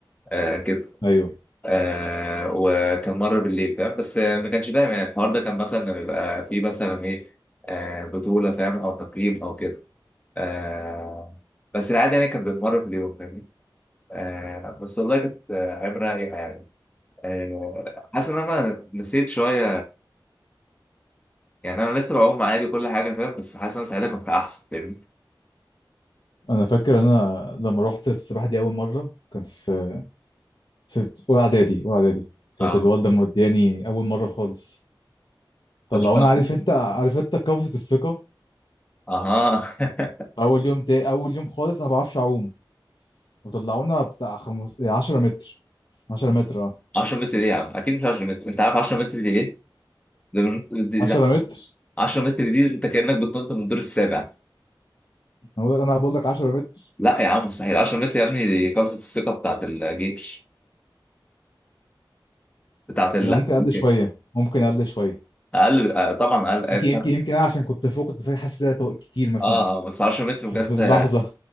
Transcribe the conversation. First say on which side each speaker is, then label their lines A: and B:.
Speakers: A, on the left; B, on the left.
A: آه كده
B: ايوه
A: آه وكان مرة بالليل فاهم بس آه، ما كانش دايما يعني الحوار ده كان مثلا لما بيبقى في مثلا إيه آه بطولة فاهم أو تقييم أو كده آه بس العادة يعني كان بيبقى مرة في اليوم فاهمني آه بس والله كانت آه، عبرة رايقة يعني آه حاسس إن أنا نسيت شوية يعني أنا لسه بعوم عادي وكل حاجة فاهم بس حاسس إن أنا ساعتها كنت أحسن فاهمني
B: انا فاكر انا لما رحت السباحه دي اول مره كان في في اولى اعدادي اولى اعدادي كانت
A: أه
B: الوالده مودياني اول مره خالص
A: كنت
B: طلعونا
A: فاهم
B: عارف انت عارف انت قفزه الثقه
A: أها <laughs>
B: اول يوم تاني اول يوم خالص انا ما بعرفش اعوم وطلعونا بتاع خمس 10 متر 10 متر اه
A: 10 متر ايه يا عم اكيد مش 10 متر انت عارف 10 متر دي ايه ده مش... دي...
B: 10
A: دي-
B: متر
A: 10 متر دي انت كانك بتنط من الدور السابع
B: انا بقول لك انا بقول لك 10 متر
A: لا يا عم مستحيل 10 متر يا ابني دي قفزه الثقه بتاعت الجيش بتاعت ال
B: يبقى ممكن اقل
A: ممكن
B: شويه ممكن اقل شويه
A: اقل آه، طبعا اقل اقل
B: يمكن يمكن يمكن انا عشان كنت فوق كنت فاكر حاسس إن ده طو- كتير مثلا
A: اه آه، بس 10 متر
B: في
A: بجد
B: اللحظه